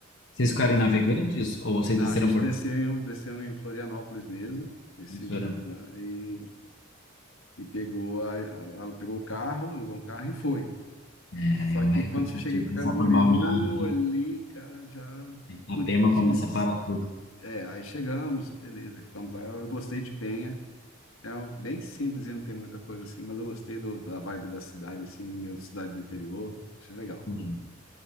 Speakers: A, on the left (about 70°); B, on the left (about 85°).
A: Vocês ficaram
B: A gente,
A: em Navegantes ou vocês
B: não,
A: desceram
B: a gente
A: por
B: desceu, desceu em Florianópolis mesmo, Ercílio
A: em
B: Luz lá, e, e pegou, a, a- a- pegou o carro, alugou um carro e foi.
A: é
B: Só
A: É, é mais
B: que quando
A: cansativo
B: você chega em Camboriú,
A: passar por Balneário ali.
B: ali, cara, já,
A: A
B: putz,
A: Pema começa a parar tudo.
B: é, aí chegamos, beleza, ficamos lá, eu gostei de Penha, É um, bem simples e não tem muita coisa assim, mas eu gostei do- da vibe da cidade, assim, meio cidade do interior, achei legal.
A: Hum,